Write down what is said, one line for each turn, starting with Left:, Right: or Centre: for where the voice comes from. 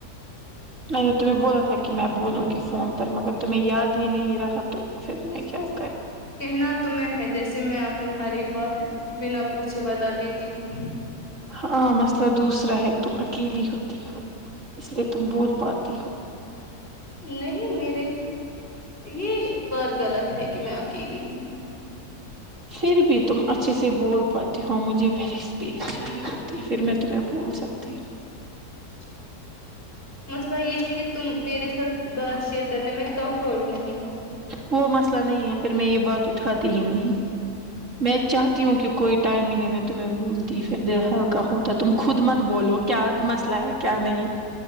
Right: نہیں تمیں بولا تھا کہ میں بولوں گی فون پر مگر تمھیں یاد ہی نہیں رہا تو پھر میں کیا کر
Left: کہنا تمہں ہے جیسے میں اپنی ہر ایک بات بنا پوچھے بتا دیتی ہوں
Right: ہاں مسئلہ دوسرا ہے تم اکیلی ہوتی ہو اس لیے تم بول پاتی ہو
Left: نہیں میرے یہ بات غلط ہے کہ میں اکیلی ہوں
Right: پھر بھی تم اچھے سے بول پاتی ہو مجھے بہ پی صاہی ہوتی پھر میں تمہیں بول سکتی
Left: <inaudible> مسئلہ یہ ہے کہ تم میرے ساتھ بات شیئر کرنے میں کمفرٹ نہیں ہو
Right: وہ مسئلہ نہیں ہے پھر میں یہ بات اٹھاتی ہی نہیں میں چاہتی ہوں کہ کوئی ٹائم ملے میں تمہیں بولتی پھر دل ہلکا ہوتا ہے تم خود مت بولو کیا مسئلہ ہے کیا نہیں